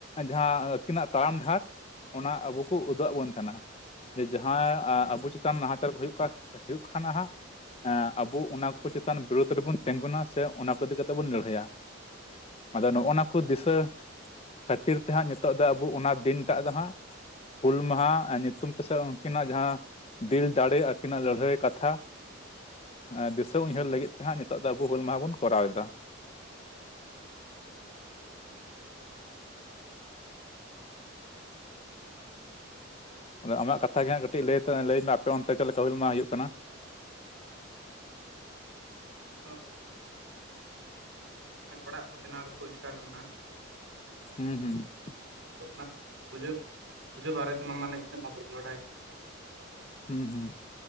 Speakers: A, on the left; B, on the right.
A: ᱡᱟᱦᱟᱸ ᱟᱹᱠᱤᱱᱟᱜ ᱛᱟᱲᱟᱢ ᱰᱟᱦᱟᱨ ᱚᱱᱟ, ᱟᱵᱚ ᱠᱚ, ᱩᱫᱩᱜ ᱟᱵᱚᱱ ᱠᱟᱱᱟ ᱾ ᱡᱮ ᱡᱟᱦᱟᱸ ᱟᱵᱚ, ᱪᱮᱛ ᱛᱟᱱ, ᱱᱟᱦᱟᱪᱟᱨ ᱠᱚ ᱦᱩᱭᱩᱜ ᱠᱟ, ᱦᱩᱭᱩᱜ ᱠᱷᱟᱱ ᱱᱷᱟᱜ ᱮᱸᱼ ᱟᱵᱩ ᱚᱱᱟ ᱠᱚ, ᱪᱮᱛᱟᱱ ᱵᱤᱨᱩᱫᱷ ᱨᱮᱵᱚᱱ ᱛᱮᱜᱩᱱᱟ, ᱥᱮ ᱚᱱᱟ ᱠᱚ, ᱤᱫᱤ ᱠᱟᱛᱮᱜ ᱵᱚᱱ, ᱞᱟᱹᱲᱦᱟᱹᱭᱟ? ᱟᱫᱚ ᱱᱚᱜᱼᱚ ᱱᱟ ᱠᱚ ᱫᱤᱥᱟᱹ ᱠᱷᱟᱹᱛᱤᱨ ᱛᱮ ᱦᱟᱸᱜ, ᱱᱤᱛᱚᱜ ᱫᱚ ᱟᱵᱚ, ᱚᱱᱟ ᱫᱤᱱᱴᱟᱜ ᱫᱚ ᱦᱟᱸᱜ ᱦᱩᱞ ᱢᱟᱦᱟ ᱧᱩᱛᱩᱢ ᱛᱮᱥᱮ, ᱩᱱᱠᱤᱱᱟᱜ ᱡᱟᱦᱟᱸ ᱫᱤᱞ ᱫᱟᱲᱮ, ᱟᱹᱠᱤᱱᱟᱜ ᱞᱟᱹᱲᱦᱟᱹᱭ ᱠᱟᱛᱷᱟ ᱮᱸᱼ ᱫᱤᱥᱟᱹ ᱩᱭᱦᱟᱹᱨ ᱞᱟᱹᱜᱤᱫ ᱛᱮ ᱦᱟᱸᱜ, ᱱᱤᱛᱚᱜ ᱫᱚ, ᱟᱵᱚ ᱦᱩᱞ ᱢᱟᱦᱟ ᱵᱚᱱ, ᱠᱚᱨᱟᱣ ᱮᱫᱟ ᱾
B: ᱟᱹᱰᱤ ᱢᱚᱸᱡᱽ ᱮᱢ ᱞᱟᱹᱭ ᱠᱮᱫᱟ ᱾ <inaudible>
A: ᱟᱫᱚ, ᱟᱢᱟᱜ ᱠᱟᱛᱷᱟ ᱜᱮ ᱦᱟᱸᱜ, ᱠᱟᱹᱴᱤᱡ ᱞᱟᱹᱭ ᱛᱟᱞᱝ ᱞᱟᱹᱭ ᱢᱮ, ᱟᱯᱮ ᱚᱱᱛᱮ, ᱪᱮᱫ ᱞᱮᱠᱟ ᱦᱩᱞ ᱢᱟᱦᱟ ᱦᱩᱭᱩᱜ ᱠᱟᱱᱟ?
B: ᱚᱜ ᱾ <unintelligible> ᱢᱮ ᱚᱲᱟᱜ ᱠᱚ, ᱵᱮᱱᱟᱣ ᱫᱚᱠᱚ, ᱮᱥᱴᱟᱴ ᱟᱠᱟᱱᱟ ᱾
A: ᱦᱩᱸᱻ ᱦᱩᱸ ᱾
B: ᱟᱫᱚ, ᱚᱱᱟ ᱯᱩᱡᱟᱹ, ᱯᱩᱡᱟᱹ ᱵᱟᱨᱮ ᱛᱮᱢᱟ ᱢᱟᱢᱟᱱᱮ, ᱤᱱᱟᱹᱜ ᱢᱟ ᱵᱟᱹᱧ ᱵᱟᱰᱟᱭ ᱾
A: ᱦᱩᱸᱼ ᱦᱩᱸ